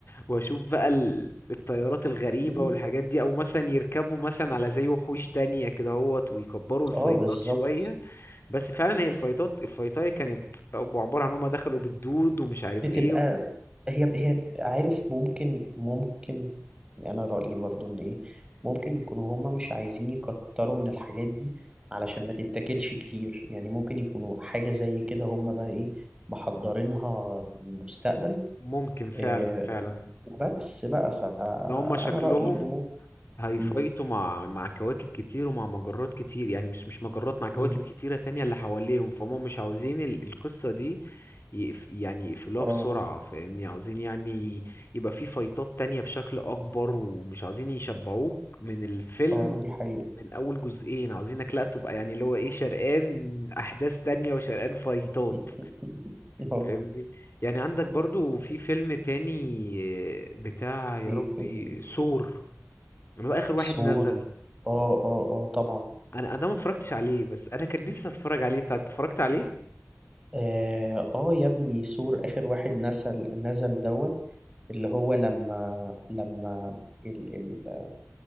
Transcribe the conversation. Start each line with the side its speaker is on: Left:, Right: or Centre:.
Left: واشوف بقى ال... الطيارات الغريبة
Right: مم.
Left: والحاجات دي او مثلا يركبوا مثلا على زي وحوش تانية كدهوت ويكبروا الفايتات
Right: اه بالظبط
Left: شوية بس فعلا هي الفايتات الفايتاية كانت أبو عبارة عن هما دخلوا بالدود ومش عارف
Right: بتبقى
Left: ايه و...
Right: هي هي عارف ممكن ممكن يعني انا رأيي برضو ان ايه ممكن يكونوا هما مش عايزين يكتروا من الحاجات دي علشان ما تتاكلش كتير يعني ممكن يكونوا حاجة زي كده هما بقى ايه محضرينها للمستقبل
Left: ممكن فعلا
Right: آه
Left: فعلا
Right: وبس بقى فانا
Left: ان هما شكلهم
Right: رأيي ان ممكن
Left: هيفايتوا
Right: م-
Left: مع مع كواكب كتير ومع مجرات كتير يعني مش مش مجرات مع كواكب
Right: م-
Left: كتيرة تانية اللي حواليهم فهم مش عاوزين ال- القصة دي يقف يعني يقفلوها
Right: اه
Left: بسرعة فاهمني عاوزين يعني يبقى في فايتات تانية بشكل أكبر ومش عاوزين يشبعوك من الفيلم
Right: اه دي حقيقة
Left: من أول جزئين عاوزينك لأ تبقى يعني اللي هو إيه شرقان أحداث تانية وشرقان فايتات
Right: <laughs> اه
Left: فاهمني يعني عندك برضو في فيلم تاني بتاع يا
Right: ايه
Left: ربي
Right: فيلم إيه؟
Left: سور اللي هو آخر واحد
Right: سور
Left: نزل
Right: اه اه اه طبعا
Left: انا انا ما اتفرجتش عليه بس انا كان نفسي اتفرج عليه انت اتفرجت عليه
Right: اه آه يا ابني سور اخر واحد نزل نزل دوت اللي هو لما لما ال ال